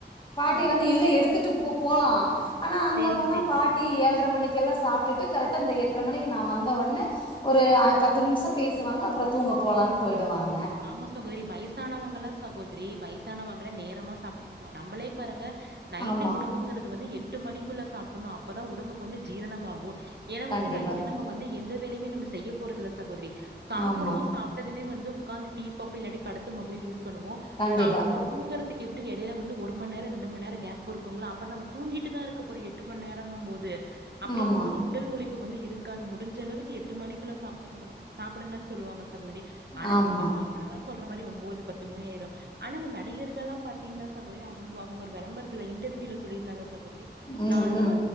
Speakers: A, on the left (about 25°); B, on the right (about 70°).
A: பாட்டி
B: ஆ
A: வந்து இல்ல எடுத்துட்டு போலாம் ஆனா அங்க
B: சேரிங்க
A: போனா
B: சேரிங்க
A: பாட்டி
B: சகோதரி
A: ஏழ்ரை மணிக்கல்லாம் சாப்ட்டுட்டு கரெக்டா அந்த எ எட்ர மணிக்கு நான் வந்த உடனே ஒரு பத்து நிமிஷம் பேசுவாங்க அப்புறம் தூங்க போலான்னு போய்டுவாங்
B: ஆமா சகோதிரி வயசானவங்கல்லா சகோதிரி வயசானவங்களா நேரமா சாப் <unintelligible> நம்மளே பாருங்க நைட்டு
A: ஆமா
B: உணவுங்கிறது வந்து எட் எட்டு மணிக்குள்ள சாப்டணும் அப்பதான் உடம்புக்கு வந்து ஜீரணமாகும் ஏன்னா
A: கண்டிப்பா
B: வந்து நைட் நம்ம வந்து எந் த வேலையுமே நம்ம செய்ய போறதுல்ல சகோதரி சாப்பிடுவோம்
A: ஆமா
B: சாப்பிட்டதுமே வந்து உக்காந்து டி வி பாப்போ இல்லாட்டி படுத்து மொபைல் யூஸ் பண்ணுவோம்
A: கண்டிப்பா
B: சா ஒரு தூங்குறது துக்கு எப்டியு எடைல வந்து ஒரு மண் நேரோ ரெண்டு மண் நேரோ கேப் இருக்குங்கள்ள அப்ப நம்ம தூங்கிட்டு தான் இருக்கப்ப போறோ எட்டு மண் நேரங்கும்போது அப்டிங்கும்
A: ஆமா,
B: போது உடல் உழைப்பு பு வந்து இருக்காது முடிஞ்ச அளவுக்கு எட்டு மணிக்குள்ள சாப்டுங்க சாப்டுங்கன்னு சொல்லுவாங்க சகோதரி ஆனா
A: ஆமா.
B: நம்ம சாப்டல்லாம் சொல்ற மாரி ஒம்போது பத்து மணி ஆய்ரும் ஆனா அந்த நடிகர்களலாம் பாத்தீங்கன்னா சகோதரி அவுங்க அவுங்க விளம்பரத்துல இன்டர்வியூல சொல்லிருந்தாங்க சகோதரி
A: ம்,
B: நாள்ளா
A: ம்.